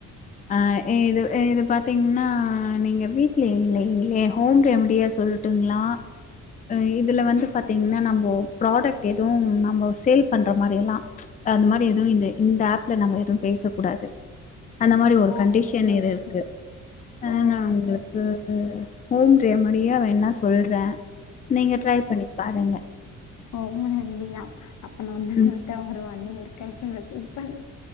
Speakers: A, on the left; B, on the left.
A: ஆ இது இது பாத்தீங்னா நீங்க வீட்ல இல்லைங்களே ஹோம் ரெம்டியா சொல் ட்டுங்களா ம் இதுல வந்து பாத்தீங்கன்னா நம்மொ ப்ராடக்ட் எதுவு நம்மொ சேல் பண்ற மாரி எல்லா அந்த மாரி எதுவு இந்த இந்த ஆப்ல நம்ம எதுவு பேச கூடாது அந்த
B: அப்படி
A: மாரி ஒரு
B: ஓகே
A: கண்டிஷன் இரு
B: ஓகே
A: இருக்கு ஆ
B: ஓகே
A: நா உங்களுக்கு
B: ஓகே
A: ஆ ஹோம் ரெமடியா வேணா சொல்றே நீங்க ட்ரை பண்ணி பாருங்க
B: ஹோம் ரெமடியா அப்ப நா வந்து
A: ம்
B: விட்டா ஒரு ஒண் இயர் கழிச்சு மெசேஜ் பண்